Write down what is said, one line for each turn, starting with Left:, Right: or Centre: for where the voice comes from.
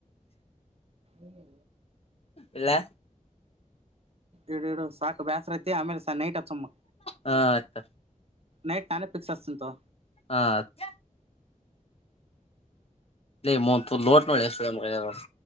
Right: ಏನಿಲ್ಲೋ
Left: ಇಡ್ಲ್ಯ
Right: ಇಡಿಡು ಸಾಕು ಬ್ಯಾಸರೈತ ಆಮೇಲೆ ಸ ನೈಟ ಹಚ್ಚಮ.
Left: ಹಾ ಆಯ್ತ
Right: ನೈಟ್ ನಾನೇ ಪಿಕ್ಸ್ ಹಾಸ್ತಿನ್ ತೋ.
Left: ಹ ಹಚ್ಚು. E month ಲೋಟ್ <unintelligible> no <unintelligible>